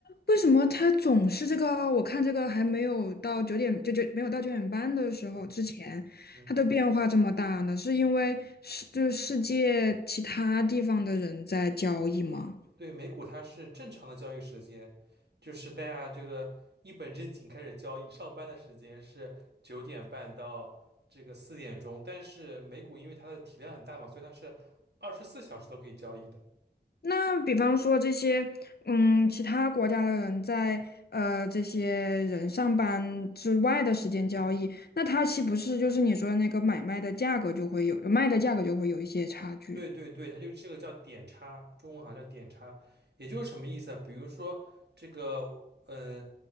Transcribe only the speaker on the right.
嗯嗯。
对，美股它是正常的交易时间，就是大家这个一本正经开始交易，上班的时间是九点半到这个四点钟，但是美股因为它的体量很大嘛，所以它是二十四小时都可以交易的。
对对对，它就是这个叫点差，中文好像叫点差，也就是什么意思啊？比如说这个，呃，